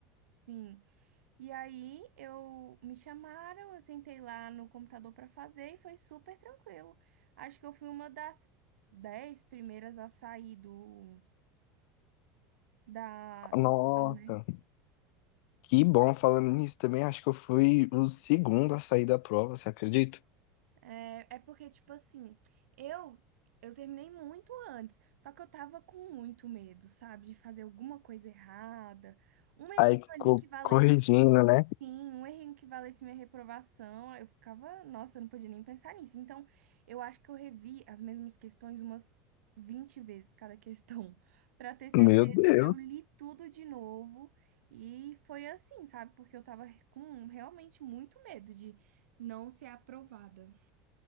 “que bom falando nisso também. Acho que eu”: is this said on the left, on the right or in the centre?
Left